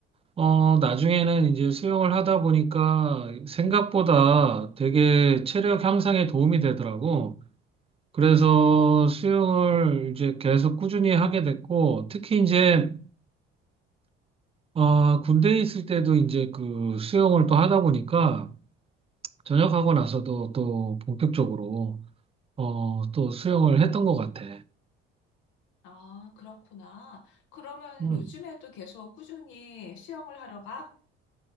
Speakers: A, on the right; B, on the left.
A: 어, 나중에는 이제 수영을 하다 보니까 생각보다 되게 체력 향상에 도움이 되더라고. 그래서 수영을 이제 계속 꾸준히 하게 됐고, 특히 이제, 어, 군대에 있을 때도 이제 그 수영을 또 하다 보니까, 전역하고 나서도 또 본격적으로, 어, 또 수영을 했던 것 같아.
B: 아, 그렇구나. 그러면
A: 음.
B: 요즘에도 계속 꾸준히 수영을 하러 가?